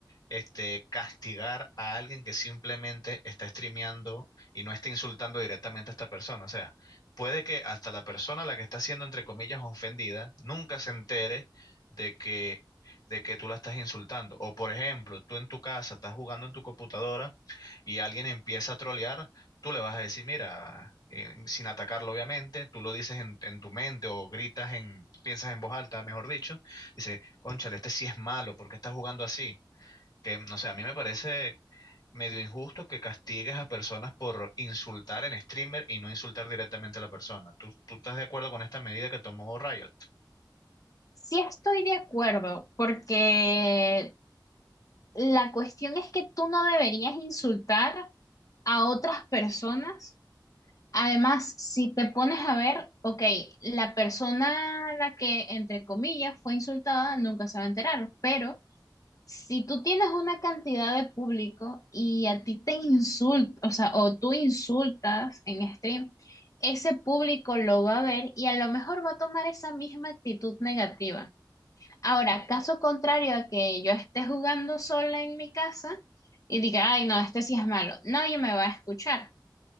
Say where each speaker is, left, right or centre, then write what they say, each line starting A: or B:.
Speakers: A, on the left; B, on the left.
A: este, castigar a alguien que simplemente está streameando y no está insultando directamente a esta persona. O sea, puede que hasta la persona a la que está siendo, entre comillas, ofendida, nunca se entere de que, de que tú la estás insultando. O, por ejemplo, tú en tu casa estás jugando en tu computadora y alguien empieza a trolear, tú le vas a decir, mira... eh, sin atacarlo, obviamente, tú lo dices en, en tu mente o gritas en, piensas en voz alta, mejor dicho, dice, cónchale, este sí es malo, porque está jugando así? que no sé, a mí me parece medio injusto que castigues a personas por insultar en streamer y no insultar directamente a la persona. ¿Tú, tú estás de acuerdo con esta medida que tomó Riot?
B: Sí estoy de acuerdo, porque la cuestión es que tú no deberías insultar a otras personas. Además, si te pones a ver, ok, la persona a la que, entre comillas, fue insultada nunca se va a enterar, pero Si tú tienes una cantidad de público y a ti te insulta, o sea, o tú insultas en stream, ese público lo va a ver y a lo mejor va a tomar esa misma actitud negativa. Ahora, caso contrario a que yo esté jugando sola en mi casa y diga, ay, no, este sí es malo, nadie me va a escuchar.